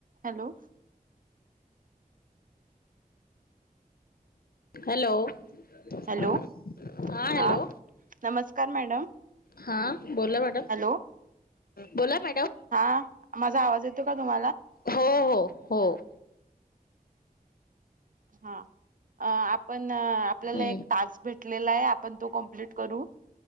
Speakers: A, on the right; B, on the left.
A: हॅलो.
B: हॅलो हा
A: हॅलो
B: हॅलो.
A: हा नमस्कार मॅडम
B: हा बोला मॅडम.
A: हॅलो
B: बोला मॅडम
A: हा. माझा आवाज येतो का तुम्हाला?
B: हो हो हो.
A: हा अ आपण आपल्याला
B: हम्म
A: एक टास्क भेटला लाय आपण तो कंपलीट करू